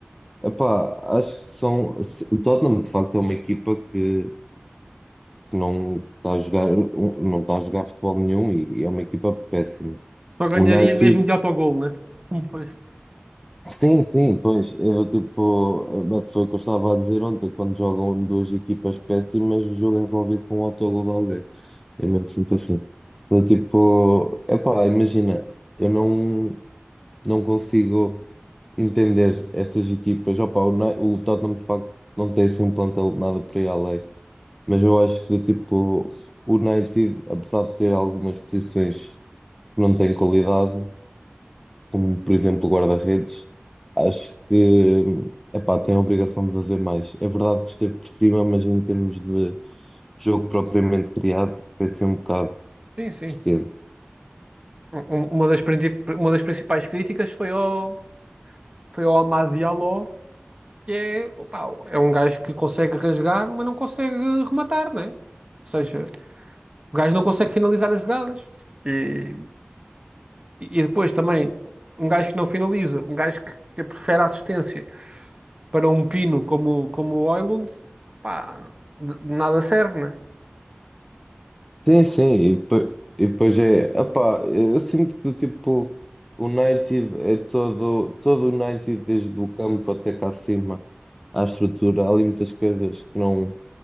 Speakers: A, in the centre; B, on the right.
A: Epá, acho que são. se- O Tottenham, de facto, é uma equipa que que não está a jogar, um, não está a jogar futebol nenhum e é uma equipa péssima.
B: Só ganharia
A: O United
B: mesmo de autogol, né? Como foi?
A: Sim, sim, pois, eu tipo, mas foi o que eu estava a dizer ontem, quando jogam duas equipas péssimas, o jogo é resolvido com um autogol de alguém. É mesmo sempre assim. Eu, tipo, epá, imagina, eu não, não consigo entender estas equipas. Opá, o, Ne- o Tottenham de facto não tem assim um plantel de nada para ir além, mas eu acho que tipo, o United, apesar de ter algumas posições que não têm qualidade, como por exemplo o guarda-redes, acho que epá, tem a obrigação de fazer mais. É verdade que esteve por cima, mas em termos de jogo propriamente criado, foi ser um bocado
B: Sim, sim.
A: cedo.
B: Um- um- Uma das, princip- uma das principais críticas foi ao, foi ao Amad Diallo que é, opá, é um gajo que consegue rasgar, mas não consegue rematar, né? Ou seja, o gajo não consegue finalizar as jogadas. E, e depois também, um gajo que não finaliza, um gajo que, que prefere a assistência para um pino como, como o Højlund, opá, de, de nada serve, né?
A: Sim, sim, e depois, e depois é, epá, eu sinto que tipo, o United é todo, todo o United, desde o campo até cá acima, à estrutura, há ali muitas coisas que não,